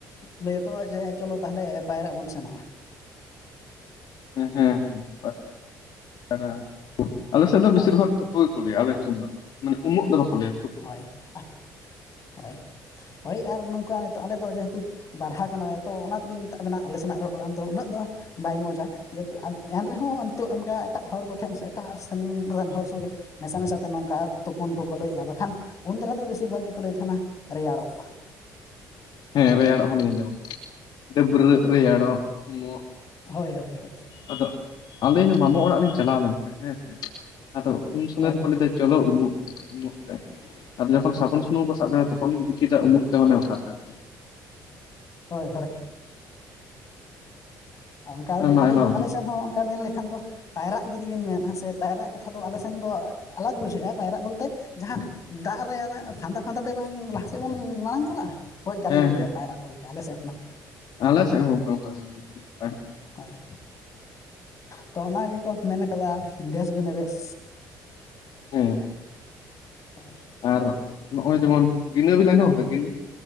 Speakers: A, on the left; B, on the left.
A: ᱞᱟᱹᱭᱟᱠᱩ ᱡᱮ ᱪᱚᱞᱚ ᱛᱟᱦᱚᱞᱮ ᱯᱟᱭᱨᱟᱜ ᱵᱚᱱ ᱜᱟᱱᱚᱜᱼᱟ
B: ᱦᱮᱸ ᱦᱮᱸ <inaudible> ᱟᱞᱮ ᱥᱮᱫ ᱫᱚ
A: ᱦᱳᱭ
B: ᱵᱮᱥᱤᱨ ᱵᱷᱟᱜᱽ ᱛᱚ ᱩᱱᱠᱩ ᱜᱮᱠᱚ ᱞᱮᱭᱟ ᱟᱞᱮ ᱥᱮᱱ ᱫᱚ ᱢᱟᱱᱮ ᱩᱢᱩᱜ ᱫᱚᱠᱚ ᱠᱚ ᱞᱮᱭᱟ
A: ᱦᱳᱭ ᱟ ᱦᱳᱭ ᱦᱳᱭ ᱟᱨ ᱱᱚᱝᱠᱟ ᱱᱤᱛᱚᱜ ᱟᱞᱮᱫ ᱫᱚ ᱡᱮ ᱦᱮᱛᱩ ᱵᱟᱨᱦᱟ ᱠᱟᱱᱟᱞᱮ ᱛᱚ ᱚᱱᱟ ᱛᱮᱞᱤᱧ ᱢᱮᱛᱟᱜ ᱵᱮᱱᱟ ᱟᱞᱮ ᱥᱮᱱᱟᱜ ᱨᱚᱜ ᱚᱲᱟᱱ ᱫᱚ ᱩᱱᱟᱹᱜ ᱫᱚ ᱵᱟᱭ ᱢᱚᱡᱟ ᱡᱮᱦᱮᱛᱩ ᱮᱱ ᱨᱮᱦᱚᱸ ᱱᱤᱛᱚᱜ ᱚᱱᱠᱟ ᱮᱴᱟᱜ ᱦᱚᱲ ᱠᱚᱴᱷᱮᱱ ᱥᱮ ᱮᱴᱟᱜ ᱥᱮᱱ ᱨᱮᱱ ᱦᱚᱲ ᱥᱚᱸᱜᱮ ᱢᱮᱥᱟ ᱢᱮᱥᱟᱛᱮ ᱱᱚᱝᱠᱟ ᱛᱩᱯᱩᱱ ᱠᱚᱠᱚ ᱞᱟᱹᱭᱮᱫᱼᱟ ᱵᱟᱠᱷᱟᱱ ᱩᱱ ᱫᱷᱟᱨᱟ ᱫᱚ ᱵᱮᱥᱤᱨ ᱵᱷᱟᱜᱽ ᱜᱮᱠᱚ ᱞᱟᱹᱭ ᱛᱟᱦᱮᱱᱟ ᱨᱮᱭᱟᱲᱚᱜ
B: ᱦᱮᱸ ᱨᱮᱭᱟᱲᱚᱜ ᱦᱚᱸᱞᱤᱧ ᱟᱸᱡᱚᱢᱟ ᱰᱟᱹᱵᱽᱨᱟᱹᱜ ᱨᱮᱭᱟᱲᱚᱜ ᱩᱢᱚᱜ
A: ᱦᱳᱭ ᱦᱳᱭ ᱦᱳᱭ
B: ᱟᱫᱚ ᱟᱹᱞᱤᱧ ᱦᱚᱸ ᱢᱟᱢᱚ ᱚᱲᱟᱜ ᱞᱤᱧ ᱪᱟᱞᱟᱣ ᱞᱮᱱ ᱛᱟᱦᱮᱸᱱ ᱦᱮᱸ ᱥᱮ ᱟᱫᱚ ᱩᱢ
A: ᱦᱳᱭ
B: ᱥᱚᱢᱚᱭ ᱫᱚ ᱠᱚ ᱞᱟᱭᱫᱟ ᱪᱚᱞᱚ ᱩᱢᱩᱜ ᱩᱢᱩᱜ ᱛᱮ ᱟᱫᱚ ᱡᱚᱠᱷᱚᱱ ᱥᱟᱵᱩᱱ ᱥᱩᱱᱩᱢ ᱠᱚ ᱥᱟᱵ ᱠᱮᱫᱟ ᱛᱚᱠᱷᱚᱱ ᱜᱤᱧ ᱵᱩᱡ ᱠᱮᱫᱟ ᱩᱢᱩᱜ ᱛᱮ ᱢᱟᱱᱮ ᱚᱠᱟᱛᱮ <inaudible>
A: ᱦᱳᱭ ᱦᱳᱭ ᱚᱱᱠᱟ
B: ᱟᱭᱢᱟ
A: ᱜᱮ ᱟᱹᱞᱤᱧ
B: ᱟᱭᱢᱟ
A: ᱦᱚᱸ ᱟᱞᱮ ᱥᱮᱱ ᱦᱚᱸ ᱚᱱᱠᱟ ᱢᱮᱱ ᱞᱮᱠᱷᱟᱱ ᱫᱚ ᱯᱟᱭᱨᱟᱜ ᱡᱩᱫᱤ ᱵᱮᱱ ᱢᱮᱱᱟ ᱥᱮ ᱯᱟᱭᱨᱟᱜ ᱠᱟᱛᱷᱟ ᱫᱚ ᱟᱞᱮ <unintelligible> ᱟᱞᱮ ᱥᱮᱱ ᱫᱚ ᱟᱞᱟᱜᱽ ᱵᱩᱡᱷᱟᱹᱜᱼᱟ ᱯᱟᱭᱨᱟᱜ ᱵᱚᱞᱛᱮ ᱡᱟᱦᱟᱸ ᱫᱟᱜ ᱨᱮ <unintelligible> ᱯᱷᱟᱸᱫᱟ ᱯᱷᱟᱸᱫᱟ ᱛᱮ ᱵᱟᱝ ᱞᱟᱦᱟ <unintelligible> ᱦᱮᱸ ᱡᱮᱢᱚᱱ ᱢᱟᱲᱟᱝ ᱪᱟᱞᱟᱜᱼᱟ ᱦᱳᱭ ᱚᱱᱠᱟ
B: ᱦᱮᱸ
A: ᱞᱤᱧ ᱵᱩᱡᱟ ᱯᱟᱭᱨᱟᱜ ᱵᱚᱱ ᱢᱮᱛᱟᱜᱻᱟ ᱟᱞᱮ ᱥᱮᱫ ᱫᱚ
B: ᱟᱯᱮᱥᱮᱫ ᱦᱚᱸ ᱚᱝᱠᱟ <unintelligible> <unintelligible>
A: ᱦᱳᱭ ᱛᱚ ᱚᱱᱟ ᱜᱮᱠᱚ ᱢᱮᱱ ᱟᱠᱟᱫᱟ ᱫᱮᱥ ᱜᱩᱱᱟᱹ ᱵᱮᱥ
B: ᱦᱮᱸ
A: ᱦᱳᱭ
B: ᱟᱨ ᱱᱚᱜᱼᱚᱭ ᱡᱮᱢᱚᱱ ᱜᱤᱱᱟᱹ ᱵᱤᱱ ᱟᱸᱡᱚᱢ ᱟᱠᱟᱫᱟ ᱜᱤᱱᱟᱹ